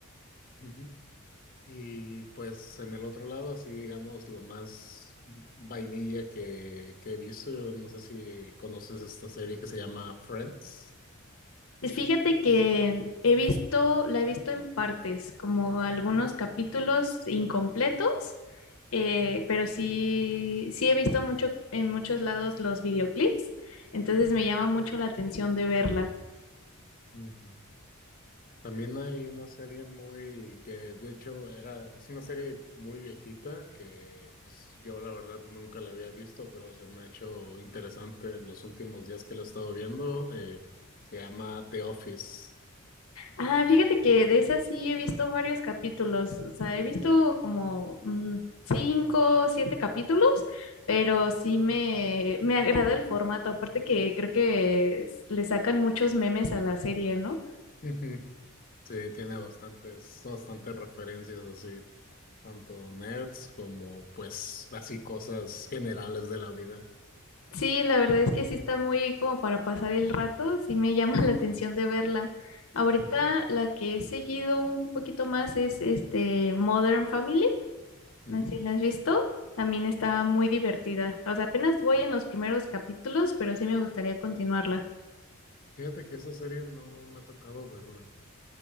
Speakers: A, on the left; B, on the left.
A: Ujú. Y pues en el otro lado, así digamos, lo más vainilla que, que he visto, yo no sé si conoces esta serie que se llama Friends.
B: Y Fíjate que he visto, la he visto en partes, como algunos capítulos incompletos, eh, pero sí, sí he visto mucho en muchos lados los videoclips, entonces me llama mucho la atención de verla.
A: Ujú. También hay una serie muy que de hecho era, es una serie muy viejita que pues yo la verdad nunca la había visto, pero se me ha hecho interesante los últimos días que la he estado viendo. eh, se llama The Office.
B: Ah, fíjate que de esa sí he visto varios capítulos, o sea, he visto como mm, cinco, siete capítulos, pero sí me, me agrada el formato, aparte que creo que es- le sacan muchos memes a la serie, ¿no?
A: <laughs> Sí, tiene bastantes, bastantes referencias así, tanto nerds como pues así cosas generales de la vida.
B: Sí, la verdad es que sí está muy como para pasar el rato, sí me llama <laughs> la atención de verla. Ahorita
A: Ujú,
B: la que he seguido un poquito más es este Modern Family. No
A: ujú.
B: sé si la has visto, también está muy divertida. O sea, apenas voy en los primeros capítulos, pero sí me gustaría continuarla.
A: Fíjate que esa serie no me ha tocado verla.